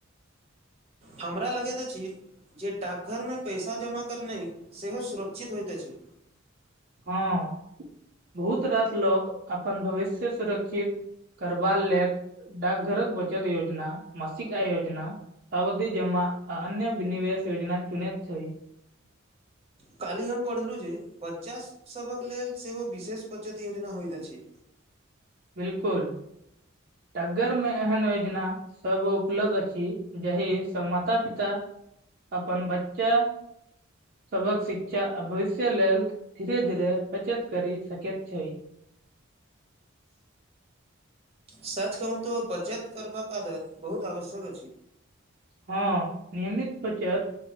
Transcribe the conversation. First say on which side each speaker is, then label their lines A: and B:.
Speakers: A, on the right; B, on the right.
A: हमरा लगैत अछि जे डाकघरमे पैसा जमा करनाइ सेहो सुरक्षित होइत अछि
B: हँ बहुत रास लोक अपन भविष्य सुरक्षित करबाल लेक डाक घरक बचत योजना मासिक आय योजना अवधि जमा आ अन्य बिनवेश योजना चुनेत छैई,
A: काल्हि हम पढ़लहुँ जे बच्चा सभक लेल सेहो विशेष बचत योजना होइत अछि
B: बिल्कुल, ट्गर मे एहन योजना सब उपलब्ध आछि जाहि सब माता पिता अपन बच्चा सबक शिक्षा भविष्य लेल धीरे धीरे बचत कर सकैत छै,
A: सच कहू तो बचत करबाक आदत बहुत आवश्यक अछि
B: हँ नियमित बचत